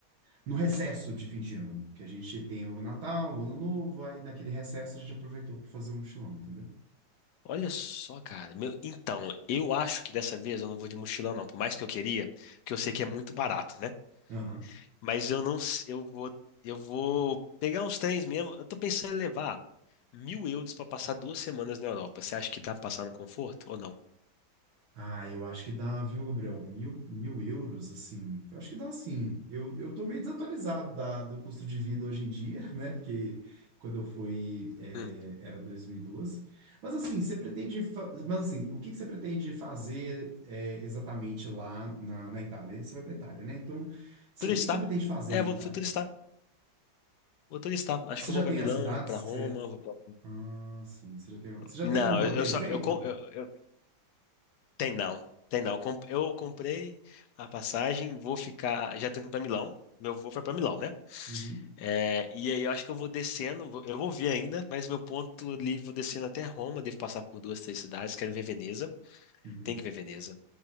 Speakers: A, on the right; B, on the left.
A: no recesso de fim de ano, que a gente tem o Natal, o Ano Novo, aí naquele recesso a gente aproveitou para fazer um mochilão, entendeu?
B: olha só, cara. Meu, então, eu acho que dessa vez eu não vou de mochilão, não. Por mais que eu queria, porque eu sei
A: Uhum.
B: que é muito barato, né?
A: Aham.
B: Mas eu não, s- eu vou, eu vou pegar uns trens mesmo. Eu tô pensando em levar mil euros pra passar duas semanas na Europa. Você acha que dá pra passar no conforto ou não?
A: Ah, eu acho que dá, viu, Gabriel? Mil, mil euros, assim. Eu acho que dá, sim. Eu, eu tô meio desatualizado da, do custo de vida hoje em dia, <laughs> né? Porque quando eu fui, é,
B: Hum.
A: era 2012. Mas assim, você pretende. fa- Mas assim, o que que você pretende fazer é, exatamente lá na, na Itália? Você vai pra Itália, né? Então, você-
B: Turistar.
A: o que que você pretende fazer
B: É,
A: na
B: eu
A: Itália?
B: vou fui turistar. Vou turistar. Acho
A: Você
B: que eu
A: já
B: vou
A: tem
B: pra Milão,
A: as cidades
B: vou pra Roma,
A: que você.
B: vou pra...
A: Ah, sim. Você já tem, você já
B: Não,
A: tem um roteiro
B: eu eu só,
A: feito?
B: eu, com- eu, eu- tem não, tem não. Eu comp- eu comprei a passagem, vou ficar, já tô indo pra Milão. Meu voo foi pra Milão, né?
A: Uhum.
B: É, e aí eu acho que eu vou descendo, vou- eu vou ver ainda, mas meu ponto ali, vou descendo até Roma, devo passar por duas, três cidades, quero ver Veneza.
A: Uhum.
B: Tem que ver Veneza.